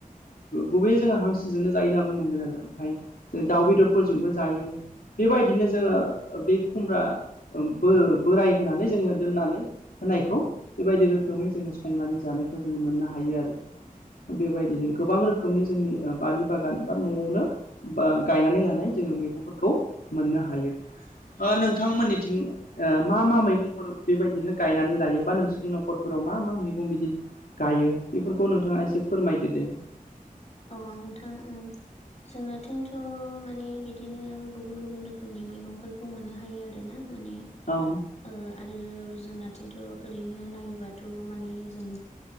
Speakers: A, on the left (about 75°); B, on the left (about 50°).
A: गुबै जोङो हांसोजोंनो जायो होनना बुंनांगोन आरो। फ्राय
B: औ
A: जों दाउ बेदरफोरजोंबो जायो। बेबायदिनो जोङो बे खुमब्रा बो-बोराय होनानै जोङो दोननानै होनायखौ बेबायदि रोखोमै जोङो संनानै जानायखौ जोङो मोननो हायो आरो। बेबायदिनो गोबां रोखोम रोखोमनि जोंनि बारि बागान बा न'आवनो गायनानै बा लानाय जोङो मैगंफोरखौ मोननो ह हायो। ओ
B: औ
A: नोंथांमोननिथिं ओ मा मा मैगंफोर बेबायदिनो गायनानै लायो बा नोंसोरनि न'खरफोराव मा मा मैगं बिदि गायो बेफोरखौ नोंथाङा एसे फोरमायदो दे।
B: अ नोंथां उम। जोंना इथिंथ' माने बिदिनो गुबुन गुबुन रोखोमनि मैगंफोरखौ मोननो हायो आरोना माने
A: औ
B: ओ आरो जोंना आथिंथ' ओरैनो नायोबाथ' माने जों